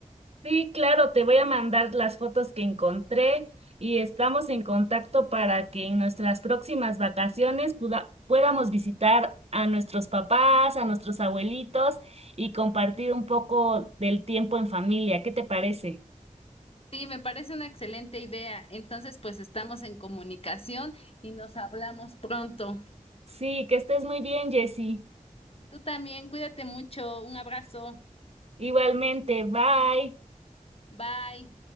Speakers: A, on the right; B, on the left.
A: Sí, claro, te voy a mandar las fotos que encontré y estamos en contacto para que en nuestras próximas vacaciones puda- podamos visitar a nuestros papás, a nuestros abuelitos y compartir un poco del tiempo en familia. ¿Qué te parece?
B: Sí, me parece una excelente idea. Entonces, pues estamos en comunicación y nos hablamos pronto.
A: Sí, que estés muy bien, Jessie.
B: Tú también, cuídate mucho. Un abrazo.
A: Igualmente, bye.
B: Bye.